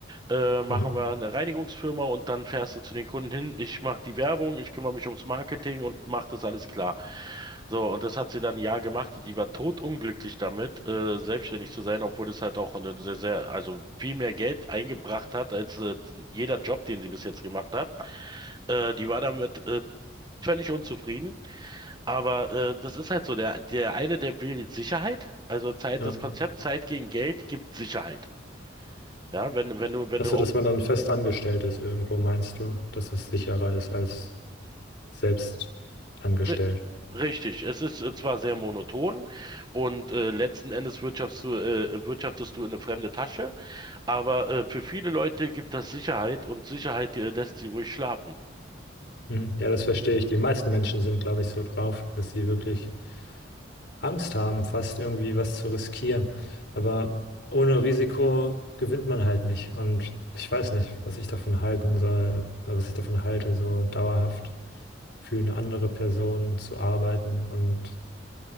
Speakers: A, on the right; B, on the left.
A: äh, machen
B: Mhm.
A: wir eine Reinigungsfirma und dann fährst du zu den Kunden hin. Ich mache die Werbung, ich kümmere mich ums Marketing und mache das alles klar. So, und das hat sie dann ein Jahr gemacht und die war totunglücklich damit, äh, selbstständig zu sein, obwohl das halt auch eine sehr, sehr, also viel mehr Geld eingebracht hat als äh, jeder Job, den sie bis jetzt gemacht hat. Äh, die war damit äh, völlig unzufrieden. Aber äh, das ist halt so, der, der eine, der will Sicherheit. Also Zeit,
B: Ja.
A: das Konzept Zeit gegen Geld gibt Sicherheit. Ja, wenn, wenn du, wenn
B: Also,
A: du auf
B: dass man dann fest angestellt ist irgendwo, meinst du, dass es sicherer ist als selbst angestellt?
A: Ri- Richtig, es ist äh, zwar sehr monoton und äh, letzten Endes wirtschaftst du, äh, wirtschaftest du in eine fremde Tasche, aber äh, für viele Leute gibt das Sicherheit und Sicherheit äh, lässt sie ruhig schlafen.
B: Hm. Ja, das verstehe ich. Die meisten Menschen sind, glaube ich, so drauf, dass sie wirklich Angst haben, fast irgendwie was zu riskieren. Aber ohne Risiko gewinnt man halt nicht. Und ich weiß nicht, was ich davon halten soll, äh, was ich davon halte, so dauerhaft für eine andere Person zu arbeiten und